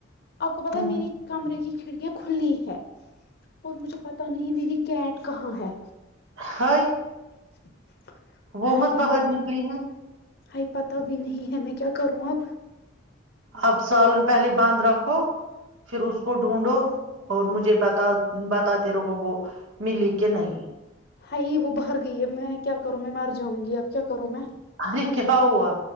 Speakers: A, on the left; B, on the right.
A: آپ کو پتا
B: ہ
A: ہے میری کمرے کیی کڑیاں کھلی ہے اور مجھے پتا نہیں میری کیٹ کہاں ہے
B: ہ <unintelligible>
A: <inaudible>
B: وہ
A: ہائی
B: مت باہر
A: ہو
B: نکلی ہے
A: ہائی پتاہ بھی نہیں ہے میں کیا کروں اب
B: اب سال پہلے باندھ رکھو پھر اس کو ڈھونڈو اور مجھے بتا بتا <unintelligible> کو وہ ملی کہ نہیں
A: ہائی وہ باہر گئی ہے میں کیا کروں میں مار جاؤں گی اب کیا کروں میں
B: ارے کیا ہوا